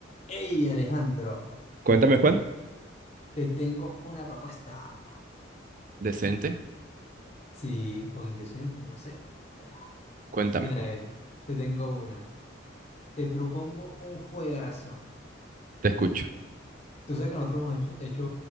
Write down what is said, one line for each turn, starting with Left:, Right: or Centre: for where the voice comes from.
Left: Hey Alejandro,
Right: Cuéntame, Juan.
Left: te tengo una propuesta.
Right: Decente.
Left: Sí, o indecente, no sé. Ah,
Right: Cuéntame.
Left: Mira, eh, te tengo una. Te propongo un juegazo.
Right: Te escucho.
Left: Tú sabes que nosotros hemos hecho, hecho